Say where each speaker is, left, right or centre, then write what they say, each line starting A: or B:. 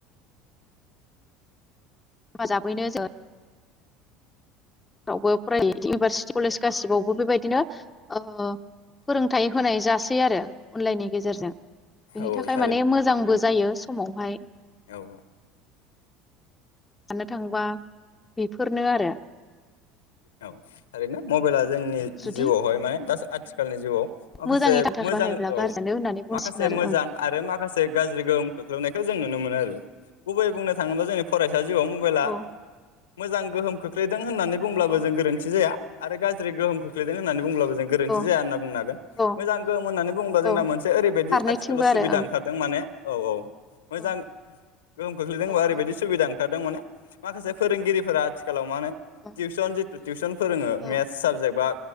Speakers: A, on the left; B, on the left.
A: हेफाजाबैनो जों फावबो फरायो इउनिभारसिटि कलेज गासिबाव ब' बेबायदिनो ओ फोरोंथाय होनाय जास सै आरो। अनलाइननि गेजेरजों बिनि
B: औ
A: थाखाय
B: थारैनो
A: माने मोजांबो जायो। समावहाय
B: औ औ
A: साननो थांबा बेफोरनो आरो
B: औ थारैनो मबाइला जोंनि
A: जुदि
B: जिउआवहाय माने दास आथिखालनि जिउआव माखासे
A: मोजाङै थाखाय
B: मोजां
A: बाहायब्ला
B: औ
A: गारजियानो होननानै बुंसिगोन
B: माखासे
A: आरो
B: मोजां आरो माखासे गाज्रि गोहोम खोख्लैनायखौ जों नुनो मोनो आरो। गुबै बुंनो थाङोबा जोंनि फराय सा जिआव मबाइला
A: ओं
B: मोजां गोहोम खोख्लैदों नों होननानै बुंब्लाबो
A: औ
B: जों गोरोन्थि जाया। आरो गाज्रि गोहोम खोख्लैदों होननानै बुंब्लाबो जों गोरोन्थि
A: औ
B: जाया होनना बुंनो हागोन
A: औ
B: मोजां गोहोम होननानै बुङोबा जोंना
A: औ
B: मोनसे ओरैबायदि
A: फारनैथिंबो
B: आथिखालाव सुबिदा
A: आरो
B: ओंखारदों माने औ औ मोजां
A: ओं
B: गोहोम खोख्लैदों होनबा
A: औ
B: ओरैबायदि
A: औ
B: सुबिदां ओखारदों माने माखासे फोरोंगिरिफोरा आथिखालाव मा होनो टिउसन
A: औ
B: जिथु टिउसन फोरोङो
A: औ
B: मेस साबजेक्ट बा